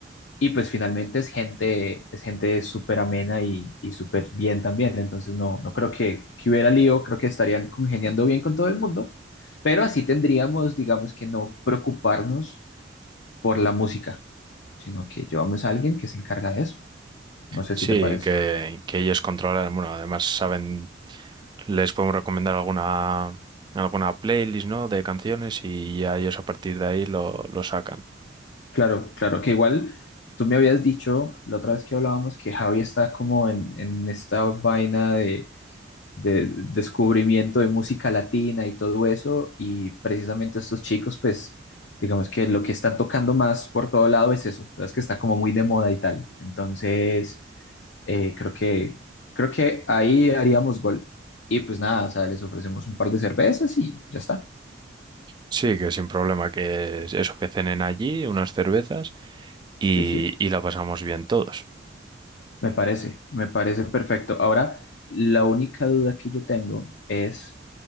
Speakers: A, on the left (about 70°); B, on the right (about 25°).
A: y pues finalmente es gente, es gente súper amena y, y súper bien también. Entonces no, no creo que, que hubiera lío, creo que estarían congeniando bien con todo el mundo. Pero así tendríamos, digamos que no preocuparnos por la música, sino que llevamos a alguien que se encarga de eso. No sé
B: Sí,
A: si te parece.
B: que, que ellos controlan, bueno, además saben, les podemos recomendar alguna, alguna playlist, ¿no? De canciones y ya ellos a partir de ahí lo, lo sacan.
A: Claro, claro, que igual tú me habías dicho la otra vez que hablábamos que Javi está como en, en esta vaina de, de descubrimiento de música latina y todo eso, y precisamente estos chicos, pues digamos que lo que están tocando más por todo lado es eso, sabes que está como muy de moda y tal. Entonces... Eh, creo que, creo que ahí haríamos gol. Y pues nada, o sea, les ofrecemos un par de cervezas y ya está.
B: Sí, que sin problema, que es eso, que cenen allí, unas cervezas y,
A: Sí, sí,
B: y la pasamos bien todos.
A: me parece, me parece perfecto. Ahora, la única duda que yo tengo es